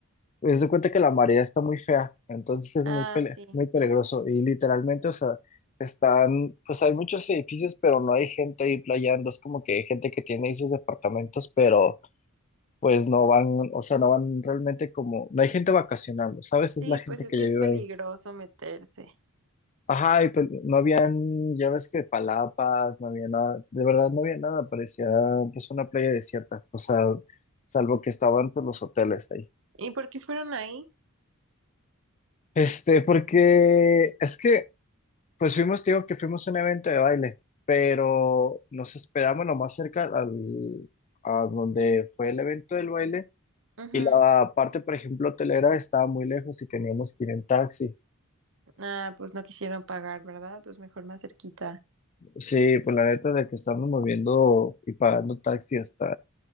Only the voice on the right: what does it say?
Ah,
sí.
Sí,
pues es
que
es
peligroso
meterse.
¿Y por qué fueron ahí?
Ujú.
Ah, pues no quisieron pagar, ¿verdad? Pues mejor más cerquita.